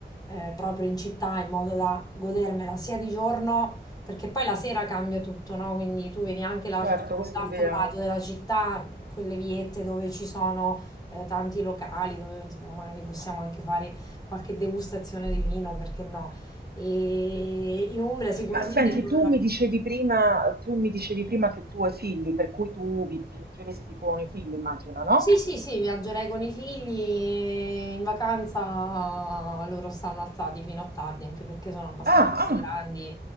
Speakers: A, on the left; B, on the right.
A: eh, proprio in città in modo da godermela sia di giorno perché poi la sera cambia tutto, no? Quindi tu vedi anche
B: certo,
A: l'altro
B: questo
A: l'altro
B: è vero.
A: lato della città, quelle viette dove ci sono eh, tanti locali, dove insomma magari possiamo anche fare qualche degustazione di vino, perché no? E in Umbria sicuramente
B: Ma senti,
A: troverò.
B: tu mi dicevi prima, tu mi dicevi prima che tu hai figli, per cui tu vi- viaggeresti con i figli, immagino, no?
A: Sì, sì, sì, viaggerei con i figli e in vacanza loro stanno alzati fino a tardi, anche perché sono abbastanza
B: Ah, ah,
A: grandi